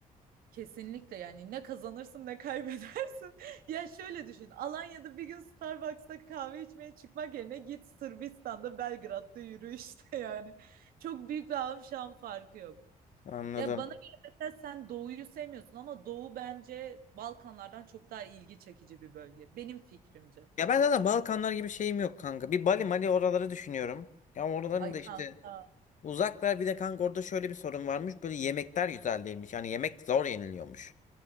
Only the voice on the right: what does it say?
Kesinlikle yani ne kazanırsın ne kaybedersin. <laughs> Ya şöyle düşün. Alanya'da bir gün Starbucks'ta kahve içmeye çıkmak yerine git Sırbistan'da Belgrad'da yürü işte <laughs> yani. Çok büyük bir alım farkı yok.
Ya bana göre mesela sen Doğu'yu sevmiyorsun ama Doğu bence Balkanlardan çok daha ilgi çekici bir bölge. Benim fikrimce.
Ay
kanka.